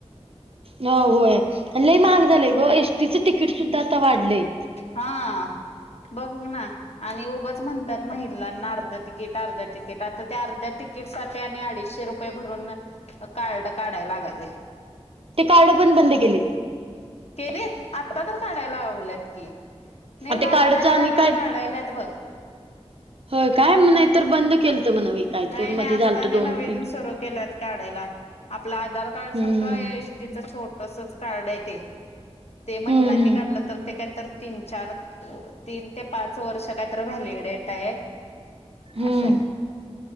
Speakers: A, on the right (about 60°); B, on the left (about 70°).
A: हो होय आणि लय महाग झालंय ग, एसटीचं तिकीट सुद्धा आता वाढलंय.
B: हा बघ ना आणि उगंच म्हणतात महिलांना अर्ध तिकीट, अर्ध तिकट. तिकट आता त्या अर्ध्या तिकीटसाठी आणि अडीचशे रुपये भरून कार्ड काढायला लागालय.
A: ते कार्ड पण बंद केलीत.
B: ते व्ही? आत्ता तर काढाय लावल्यात की, नाही ग
A: ते
B: आत्ता
A: कार्डच
B: आणि नवीन
A: काय
B: काढल्यात बघ.
A: होय काय? नाहीतर बंद केलतं म्हणं बाई काय
B: नाही
A: तर
B: नाही
A: मधी
B: आत्तानी
A: झालत दोन
B: नवीन
A: तीन
B: सुरू केल्यात. काढायला आपलं आधार कार्ड सारखं
A: हम्म
B: ए एसटीच छोटसचं कार्ड आहे ते. ते
A: हम्म
B: महिलांनी काढलं तर ते काहीतर तीन, चार, तीन ते पाच वर्ष काहीत व्हॅलिडेडेट आहे.
A: हम्म
B: असाय.